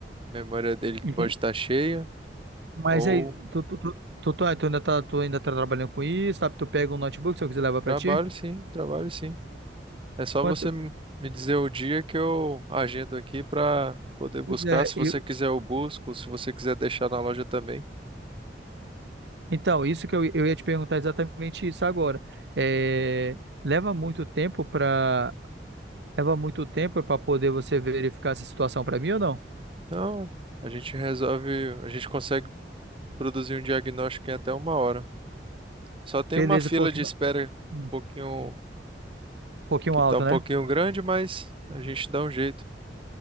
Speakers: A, on the right; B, on the right.
A: Memória dele
B: entendi.
A: pode estar cheia
B: Mas
A: ou
B: aí, tu, tu, tu, tu, tu- tu ainda tá, tu ainda tá trabalhando com isso, tá? Tu pega um notebook, se eu quiser levar pra
A: trabalho,
B: ti?
A: sim, trabalho, sim. É só
B: Quanto,
A: você m- me dizer o dia que eu agendo aqui pra poder buscar.
B: Pois é,
A: Se você
B: eu-
A: quiser, eu busco. Se você quiser deixar na loja também.
B: então, isso que eu, eu ia te perguntar exatamente isso agora. É, leva muito tempo para leva muito tempo para poder você verificar essa situação para mim ou não?
A: Não, a gente resolve, a gente consegue produzir um diagnóstico em até uma hora. Só tem
B: Beleza,
A: uma fila
B: porque
A: de espera um
B: um
A: pouquinho,
B: pouquinho
A: que
B: alto,
A: tá um pouquinho
B: né?
A: grande, mas a gente dá um jeito.